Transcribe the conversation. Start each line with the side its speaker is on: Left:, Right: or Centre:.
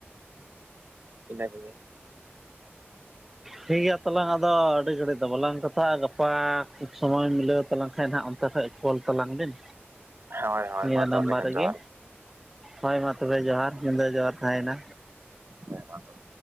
Right: ᱤᱱᱟᱹ ᱠᱚ ᱜᱮ᱾
Centre: ᱴᱷᱤᱠ ᱜᱮᱭᱟ ᱛᱟᱞᱟᱝ ᱟᱫᱚ ᱟᱹᱰᱤ ᱜᱷᱟᱹᱲᱤᱡ ᱫᱚ ᱵᱟᱞᱟᱝ ᱠᱟᱛᱷᱟᱜᱼᱟ᱾ ᱜᱟᱯᱟ ᱠᱷᱩᱵ ᱥᱚᱢᱚᱭ ᱢᱤᱞᱟᱹᱣ ᱛᱟᱞᱟᱝ ᱠᱷᱟᱱ ᱱᱟᱜ ᱚᱱᱛᱮ ᱛᱮᱡ ᱠᱚᱞ ᱛᱟᱞᱟᱝ ᱵᱤᱱ
Right: ᱦᱳᱭ ᱦᱳᱭ
Centre: ᱱᱤᱭᱟᱹ
Right: ᱢᱟ
Centre: ᱱᱟᱢᱵᱟᱨ
Right: ᱛᱟᱦᱚᱞᱮ ᱠᱷᱟᱱ
Centre: ᱨᱮᱜᱮ᱾
Right: ᱡᱚᱦᱟᱨ ᱜᱮ
Centre: ᱦᱳᱭ ᱢᱟ ᱛᱚᱵᱮ ᱡᱚᱦᱟᱨ ᱧᱤᱫᱟᱹ ᱡᱚᱦᱟᱨ ᱛᱟᱦᱮᱸᱭᱮᱱᱟ᱾
Right: ᱦᱮᱸ ᱢᱟ ᱛᱚᱵᱮ